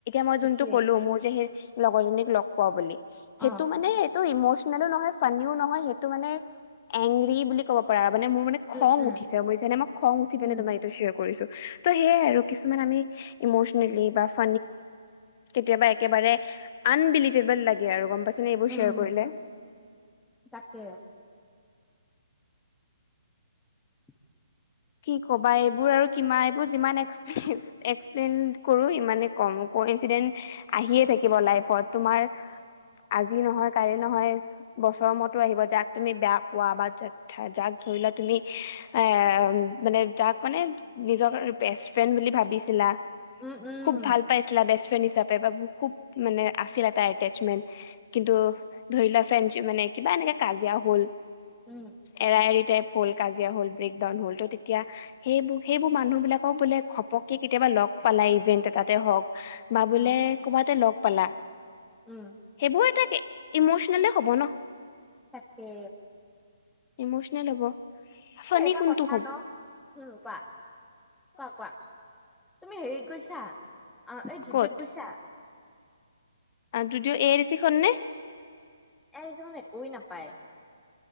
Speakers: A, on the left; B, in the centre.
A: মই
B: সেইটোৱে
A: যোনটো ক'লো মোৰ যে সেই লগৰজনীক লগ পোৱা বুলি সেইটো
B: অ
A: মানে টো ইমচনেলো নহয়, ফানিও নহয়, সেইটো মানে এংৰি বুলি ক'ব পাৰা মানে, মোৰ মানে খং
B: উম উম
A: উঠিছে ম যেনে মই খং উঠি পিনে
B: উম
A: তোমাৰ কৰিছো ত সেয় আৰু কিছুমান আমি ইমচনেলি বা ফ কেতিয়াবা একেবাৰে আনবিলিভেবল লাগে আৰু গম পাইছেনে এইবোৰ
B: উম
A: শ্বেয়াৰ কৰিলে।
B: তাকে। <inaudible>
A: কি ক'বা এইবোৰ আৰু কিমানা এইবোৰ যিমান এক্সপজ এক্সপ্লেইন কৰো ইমানে কম কনচিডেন্ট আহিয়ে থাকিব লাইফত তোমাৰ। আজি নহয়, কালি নহয় বছৰ মুৰতো আহিব যাক তুমি বেয়া পোৱা বা য-যাক ধৰি লোৱা তুমি এ, মানে যাক মানে নিজৰ বেষ্ট ফ্ৰেণ্ড বুলি ভাবিছিলা।
B: উম উম
A: খুব ভাল পাইছিলা বেষ্ট ফ্ৰেণ্ড হিচাপে বা খুব মানে আছিলে তাৰ এটেচমেণ্ট। কিন্তু ধৰি লোৱা ফ্ৰেঞ্চ মানে কিবা এনেকে কাজিয়া হ'ল।
B: উম
A: এৰা এৰি তাই হ'ল কাজিয়া হ'ল ব্ৰেকডাউন হ'ল ত তেতিয়া সেইবোৰ, সেইবোৰ মানুহ বিলাকও বোলে ঘপকে কেতিয়াবা লগ পালাই ইভেন্ট এটাতে হওক। কিবা বোলে
B: অ
A: কবাতে লগ পালা
B: উম
A: সেইবোৰ এটা ইমচনেলে হ'ব ন।
B: তাকে।
A: ইমোচনেল হ'ব। ফানী
B: এই এটা
A: কোনটো
B: কথা
A: হ'ব
B: ন উম, কোৱা, কোৱা, কোৱা। তুমি হেৰিত গৈছা অ, এই জুডীয়ত
A: ক'ত
B: গৈছা?
A: আৰু জুডীয়ৰ এ ই চি খননে।
B: এয়া হিচাপত একোৱেই নাপায়।